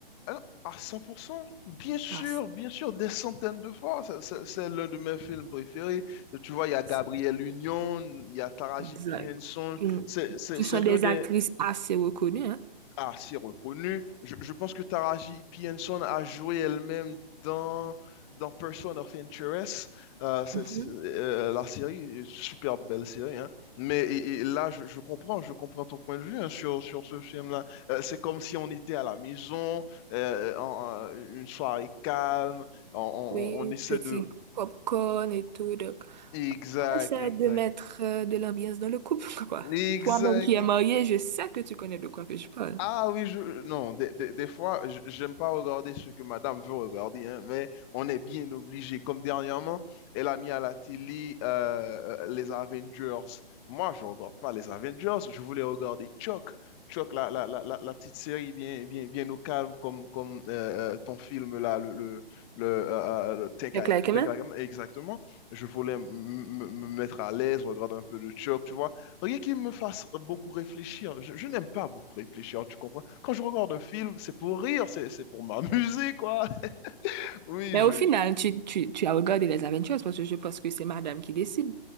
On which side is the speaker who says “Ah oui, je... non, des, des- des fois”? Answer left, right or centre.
Left